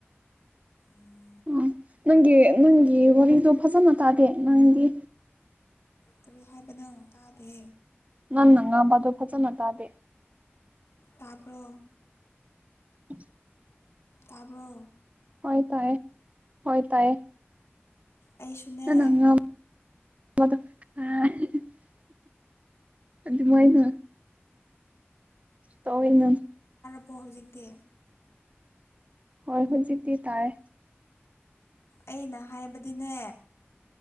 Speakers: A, on the left; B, on the right.
A: ꯎꯝ
B: ꯑꯥ ꯅꯪꯒꯤ ꯅꯪꯒꯤ ꯋꯥꯔꯤꯗꯣ ꯐꯖꯅ ꯇꯥꯗꯦ ꯅꯪꯗꯤ
A: ꯀꯔꯤ ꯍꯥꯏꯕꯅꯣ ꯇꯥꯗꯦ
B: ꯅꯪꯪ ꯉꯕ ꯑꯗꯨ ꯐꯖꯅ ꯇꯗꯦ
A: ꯇꯥꯄꯔꯣ
B: ꯎꯝ
A: ꯇꯥꯔꯕꯣ
B: ꯍꯣꯏ ꯇꯥꯏꯌꯦ ꯍꯣꯏ ꯇꯥꯏꯌꯦ
A: ꯑꯩꯁꯨꯅꯦ
B: ꯅꯪꯅ <unintelligible> ꯑꯗꯨꯗꯤ ꯃꯣꯏꯅ ꯇꯧꯑꯣꯅ
A: ꯀꫭ ꯍꯧꯖꯤꯛꯇꯤ
B: ꯍꯣꯏ ꯍꯧꯖꯤꯛꯇꯤ ꯇꯥꯏ
A: ꯑꯩꯅ ꯍꯥꯏꯕꯗꯤꯅꯦ